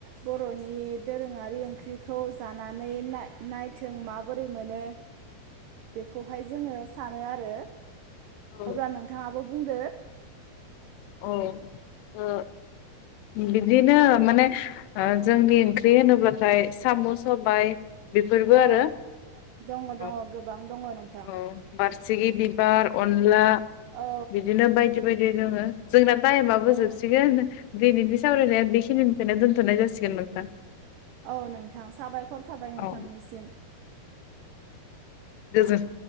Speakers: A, on the right; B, on the left.
A: बर'नि दोरोङारि ओंख्रिखौ जानानै ना-नायथों माबोरै मोनो। बेखौहाय जोङो सानो आरो
B: औ
A: अब्ला नोंथाङाबो बुंदो।
B: औ ओ बिदिनो माने ओ जोंनि ओंख्रि होनोब्लाथाय साम' सबाय बेफोरबो
A: औ
B: आरो
A: दङ
B: औ
A: दङ गोबां दङ नों
B: औ बारसे बिबार अनला
A: औ
B: बिदिनो बायदि बायदि दोङो। जोंना टाइमाबो
A: औ
B: जोबसिगोन दिनैनि सावरायनाया बेखिनिनखोनो दोन्थ'नाय जासिगोन नोंथां।
A: औ नोंथां साबायखर थाबाय नोंथांनिसिम।
B: औ गोजोन